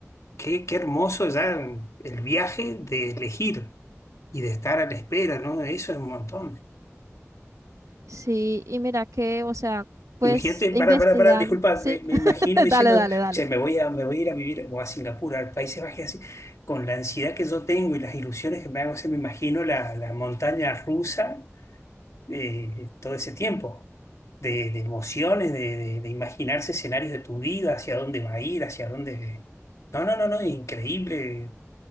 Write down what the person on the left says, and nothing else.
Qué, qué hermoso ya el viaje de elegir y de estar a la espera, ¿no? Eso es un montón.
Imagínate, pará,
pará, pará, disculpa,
me, me
imagino diciendo,
che, me voy a, me voy a ir a vivir o a Singapur, al Países Bajos, así, con la ansiedad que yo tengo y las ilusiones que me hago, se me imagino la, la montaña rusa eh, todo ese tiempo, de, de emociones, de, de- de imaginarse escenarios de tu vida, hacia dónde va a ir, hacia dónde... No, no, no, no, increíble,